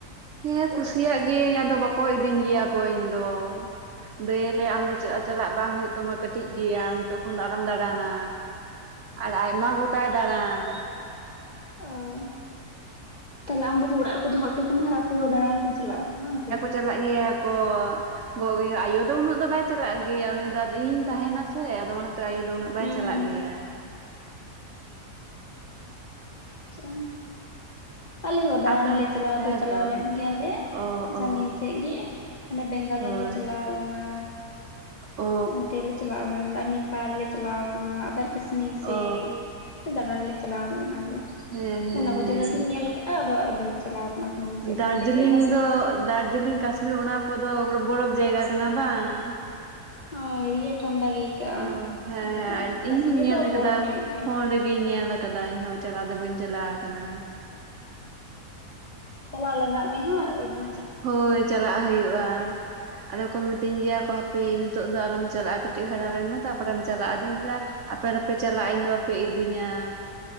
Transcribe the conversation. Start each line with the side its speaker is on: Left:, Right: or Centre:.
Right: ᱦᱮᱸ ᱠᱩᱥᱤᱭᱟᱜ ᱜᱤᱭᱟᱹᱧ ᱟᱫᱚ ᱵᱟᱠᱚ ᱤᱫᱤᱧ ᱜᱮᱭᱟ ᱠᱚ ᱤᱧ ᱫᱚ ᱫᱟᱹᱭ ᱮ ᱞᱟᱹᱭᱟ ᱟᱢ ᱫᱚ ᱪᱟᱞᱟᱜ ᱵᱟᱝ ᱦᱩᱭᱩᱜ ᱛᱟᱢᱟ ᱠᱟᱹᱴᱤᱡ ᱜᱮᱭᱟᱢ ᱱᱤᱛᱚᱜ ᱠᱷᱚᱱ ᱫᱚ ᱟᱞᱚᱢ ᱫᱟᱬᱟᱱᱟ ᱟᱨ ᱟᱭᱢᱟ ᱜᱚᱴᱟᱭ ᱫᱟᱬᱟᱱ
Left: ᱩᱸᱻ ᱛᱟᱦᱞᱮ ᱟᱢ ᱫᱚ ᱚᱲᱟᱜ ᱨᱮᱠᱚ ᱫᱚᱦᱚ ᱦᱚᱴᱚ ᱠᱟᱢᱟ ᱟᱨ ᱟᱠᱚ ᱫᱟᱬᱟᱱ ᱠᱚ ᱪᱟᱼᱼ ᱪᱟᱞᱟᱜᱼᱟ ᱠᱚ ᱦᱮᱸ ᱥᱮ
Right: ᱪᱟᱞᱟᱜ ᱜᱮᱭᱟᱻ ᱠᱚ <unintelligible> ᱟᱭᱳ ᱫᱚ ᱩᱱᱟᱹᱜ ᱫᱚ ᱵᱟᱭ ᱪᱟᱞᱟᱜ ᱜᱮᱭᱟ ᱩᱱᱤ ᱫᱟ ᱟᱫᱚ ᱤᱧ ᱛᱟᱦᱮᱱᱟ ᱥᱮ ᱟᱫᱚ ᱚᱱᱟ ᱛᱚ ᱟᱭᱳ ᱫᱚ ᱩᱱᱟᱹᱜ ᱵᱟᱭ
Left: ᱦᱩᱸ
Right: ᱪᱟᱞᱟᱜ
Left: ᱦᱩᱸ
Right: ᱜᱮᱭᱟ
Left: ᱟᱪᱷᱟ ᱟᱞᱮ ᱦᱚᱸ ᱫᱟᱬᱟᱱ
Right: ᱟᱫᱚ
Left: ᱞᱮ ᱪᱟᱞᱟᱣ
Right: ᱦᱮᱸᱛᱚ
Left: ᱫᱚ ᱪᱟᱞᱟᱣ ᱞᱮᱱ ᱜᱮᱭᱟᱞᱮ
Right: ᱚ
Left: ᱥᱟᱺᱜᱤᱧ
Right: ᱚ
Left: ᱥᱮᱫ ᱜᱮ ᱚᱱᱮ ᱵᱮᱝᱜᱟᱞᱳᱨ
Right: ᱦᱳᱭ
Left: ᱞᱮ ᱪᱟᱞᱟᱣ ᱞᱮᱱᱟ
Right: ᱚ
Left: ᱚᱱᱛᱮ ᱞᱮ ᱪᱟᱞᱟᱣ ᱠᱟᱱᱟ ᱱᱮᱯᱟᱞ ᱞᱮ ᱪᱟᱞᱟᱣ ᱟᱠᱟᱱᱟ ᱟᱵᱟᱨ ᱠᱟᱹᱥᱢᱤᱨ
Right: ᱚ
Left: ᱥᱮᱫᱼᱼ ᱛᱚ ᱫᱟᱬᱟᱱ ᱞᱮ ᱪᱟᱞᱟᱣ ᱞᱮᱱᱟ ᱞᱮ
Right: ᱦᱮᱸ ᱦᱮᱸ ᱦᱮᱸ
Left: ᱚᱱᱟ ᱠᱚ ᱡᱟᱭᱜᱟ ᱜᱤᱧ ᱧᱮᱞ ᱠᱟᱜᱼᱟ ᱟᱫᱚ ᱟᱨ ᱵᱟᱹᱧ ᱪᱟᱞᱟᱣ ᱟᱠᱼᱼ ᱚᱱᱟ ᱥᱟᱹᱜᱤᱧ ᱥᱮᱡ
Right: ᱫᱟᱨᱡᱤᱞᱤᱝ
Left: <unintelligible> ᱜᱮ ᱚᱱᱟ ᱥᱟᱹᱜᱤᱧ
Right: ᱫᱚ ᱫᱟᱨᱡᱤᱞᱤᱝ ᱠᱟᱥᱢᱤᱨ ᱚᱱᱟ ᱠᱚᱫᱚ ᱵᱚᱨᱚᱯ ᱡᱟᱭᱜᱟ ᱠᱟᱱᱟ ᱵᱟᱝ
Left: <unintelligible> ᱴᱷᱟᱱᱰᱟ ᱜᱮ ᱟᱹᱭᱠᱟᱹᱜᱼᱟ
Right: ᱚ ᱦᱮᱸ
Left: ᱡᱟᱭᱜᱟ ᱫᱚ ᱠᱟᱥᱢᱤᱨ
Right: ᱤᱧ ᱦᱩᱧ ᱧᱮᱞ
Left: ᱫᱚ
Right: ᱟᱠᱟᱫᱟ
Left: ᱵᱚᱨᱚᱯ ᱧᱩᱨᱩᱜ ᱜᱮᱭᱟ
Right: ᱯᱷᱳᱱ ᱨᱮᱜᱮᱧ ᱧᱮᱞ ᱟᱠᱟᱫᱟ ᱟᱠᱟᱫᱟ ᱤᱧ ᱦᱚᱸ ᱪᱟᱞᱟᱣ ᱫᱚ ᱵᱟᱹᱧ ᱪᱟᱞᱟᱣ ᱟᱠᱟᱱᱟ
Left: ᱪᱟᱞᱟᱜ ᱞᱟᱜᱟᱜ ᱢᱮ ᱦᱮᱸ ᱢᱼᱼ
Right: ᱦᱳᱭ ᱪᱟᱞᱟᱜ ᱦᱩᱭᱩᱜᱼᱟ ᱟᱫᱚ ᱠᱚ ᱢᱤᱛᱟᱹᱧ ᱜᱮᱭᱟ ᱠᱚ ᱦᱟᱯᱮ ᱱᱤᱛᱚᱜ ᱫᱚ ᱟᱞᱚᱢ ᱪᱟᱞᱟᱜᱼᱟ ᱠᱟᱹᱴᱤᱡ ᱦᱟᱨᱟ ᱞᱮᱱᱢᱟ ᱛᱟᱯᱚᱨᱮᱢ ᱪᱟᱞᱟᱜᱼᱟ ᱟᱫᱚᱧ <unintelligible> ᱟᱯᱮ ᱫᱚᱯᱮ ᱪᱟᱞᱟᱜᱼᱟ ᱤᱧ ᱫᱚ ᱵᱟᱯᱮ ᱤᱫᱤᱧᱟ